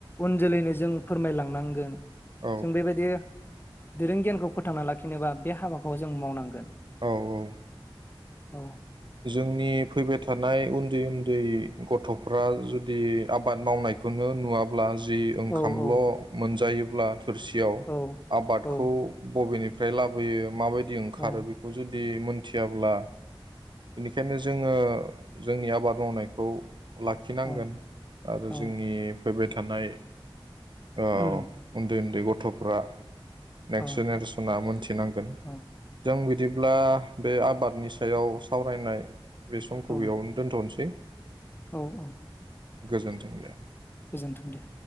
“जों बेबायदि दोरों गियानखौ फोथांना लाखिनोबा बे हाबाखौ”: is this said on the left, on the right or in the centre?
Left